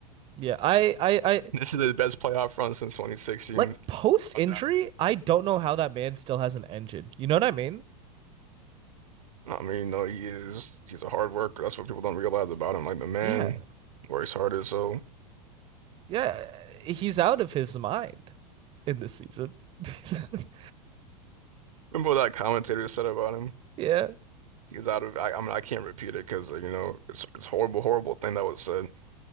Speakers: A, on the right; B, on the right.
A: yeah. I I I
B: This is the best playoff run since 2016,
A: like post
B: undoubtedly.
A: injury. I don't know how that man still has an engine. You know what I mean?
B: I mean, no, he is he's a hard worker. That's what people don't realize about him. Like the man
A: Yeah,
B: works hard as so.
A: yeah. He's out of his mind in this season. <laughs>
B: Remember what that commentator said about him?
A: Yeah,
B: He's out of I, I mean I can't repeat it because you know it's it's horrible, horrible thing that was said.